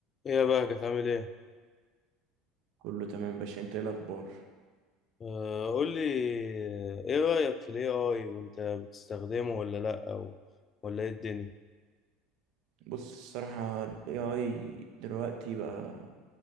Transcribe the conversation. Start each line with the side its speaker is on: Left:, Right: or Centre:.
Left: ايه يا بقى كانت عامل ايه
Right: كله تمام يا باشا انت ايه الاخبار
Left: آه قول لي ايه رأيك في الاي اي وانت بتستخدمه ولا لا او ولا ايه الدنيا
Right: بص الصراحه ال AI دلوقتي بقى